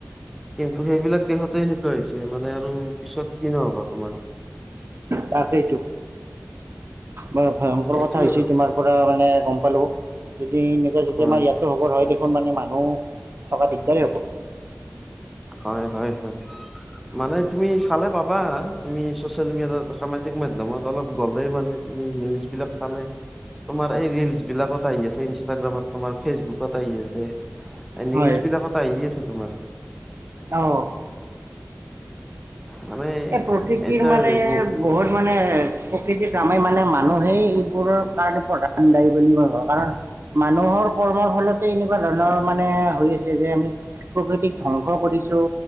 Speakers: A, in the centre; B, on the right.
A: কিন্তু সেইবিলাক দেশতে হেকুৱা হৈছে মানে আৰু পিছত কি নহ'ব তোমাৰ।
B: তাকেইতো, বৰ ভয়ংকৰ
A: এইটোয়ে
B: কথা হৈছে
A: আৰু
B: তোমাৰ। পৰা মানে গম পালো, যদি এনেকুৱা যদি
A: হয়
B: আমাৰ ইয়াতো হ'ব ধৰে দেখোন মানে মা মানুহ থকা দিগদাৰেই হ'ব।
A: হয়, হয়, হয়। মানে তুমি চালে পাবা, তুমি চচিয়েল মি এটাত সামাজিক মাধ্যমত অলপ গ'লে মানে তুমি নিউজ বিলাক চালে তোমাৰ এই ৰিলচ বিলাকত আহি আছে, ইনষ্টাগ্ৰামত, তোমাৰ ফেচবুকত আহি আছে। নিউজ
B: হয়
A: বিলাকত আহি আছে তোমাৰ।
B: অ'।
A: মানে
B: এই প্ৰকৃতিৰ
A: এতিয়া
B: মানে
A: বু
B: বহুত মানে প্ৰকৃতিত আমি মানে মানুহেই এইবোৰৰ কাৰণ প্ৰধান দায়ী বুলি মই ভাবো। কাৰণ মানুহৰ কৰ্মৰ ফলতে এনেকুৱা ধৰণৰ মানে হৈ হৈছে যে, আমি প্ৰকৃতিক ধ্বংস কৰিছোঁ,